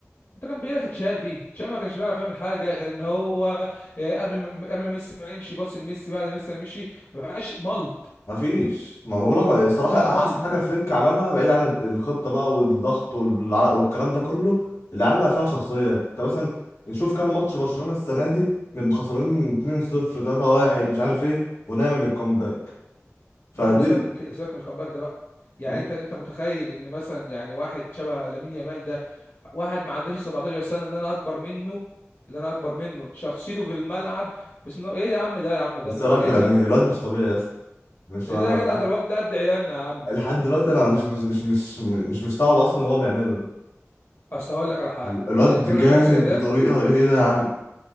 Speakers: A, on the left (about 55°); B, on the left (about 80°).
A: انت كان بيجي لك تشافي تشافي ما كانش بيعرف يعمل حاجه غير ان هو آه، قبل ما قبل ما ميسي ما يمشي باص لميسي بعد ما ميسي ما مشي ما بقاش ملط
B: ما فيش ما بقول لك الصراحه
A: بقى
B: احسن
A: ملط
B: حاجه فليك عملها بعيد عن الت- الخطه بقى والضغط والع- والكلام ده كله العيال بقى فيها شخصيه انت مثلا نشوف كام ماتش برشلونه السنه دي نبقى خسرانين 2-0 3-1 مش عارف ايه ونعمل الكومباك فدي
A: لا وسيبك من كده سيبك من الكامباك ده بقى يعني
B: مم.
A: انت انت متخيل ان مثلا يعني واحد شبه لامين يامال ده واحد ما عداش 17 سنه اللي انا اكبر منه اللي انا اكبر منه شخصيته في الملعب بسم الله ايه يا عم ده يا عم ده
B: بس إيه رايك
A: ايه
B: في
A: ده
B: لامين الواد مش طبيعي يا اسطى مش
A: ايه
B: انا
A: ده يا جدع
B: انا
A: ده الواد ده قد عيالنا يا عم
B: لحد دلوقتي انا مش مش مش مش, مش مستوعب اصلا اللي هو بيعمله
A: اصل هقول لك على حاجه
B: ال- الواد
A: اللي اداله
B: جامد
A: الشخصيه ده
B: بطريقه ايه إيه ده يا عم